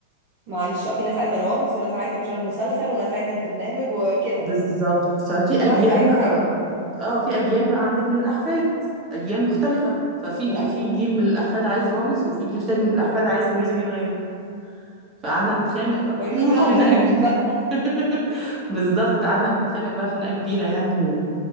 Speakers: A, on the right; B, on the right.
A: معلش اه في ناس عايزه رامز وناس عايزه مش عارف المسلسل وناس عايزه البرنامج وكده
B: بالظبط ففي
A: كل
B: اجيال
A: واحد عايز
B: بقى
A: حاجه
B: اه في اجيال بقى عندك من الاحفاد اجيال مختلفة ففي
A: لا،
B: في جيل من الاحفاد عايز رامز وفي جيل تاني من الاحفاد عايز دنيا سمير غانم فقعدنا نتخانق بقى
A: وريني
B: <laughs>
A: بقى هترضي
B: خناقة كبيرة
A: مين بقى
B: <laughs> بالظبط قعدنا نتخانق بقى خناقة كبيرة يعني